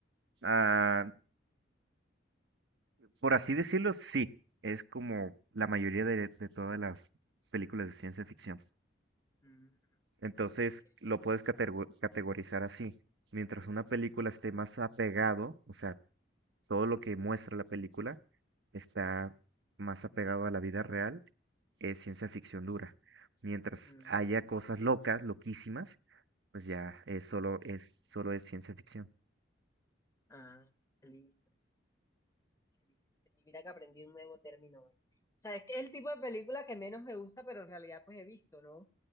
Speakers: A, on the right; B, on the left.
A: Ah, por así decirlo, sí, es como la mayoría de, de todas las películas de ciencia ficción.
B: Mm,
A: Entonces
B: ok.
A: lo puedes catego- categorizar así. Mientras una película esté más apegado, o sea, todo lo que muestra la película está más apegado a la vida real, es ciencia ficción dura. Mientras
B: Mm,
A: haya cosas locas, loquísimas, pues ya es solo es solo es ciencia ficción.
B: ah, listo. entendí, entendí. Mira que aprendí un nuevo término hoy. O sea, es que es el tipo de película que menos me gusta, pero en realidad pues he visto, ¿no?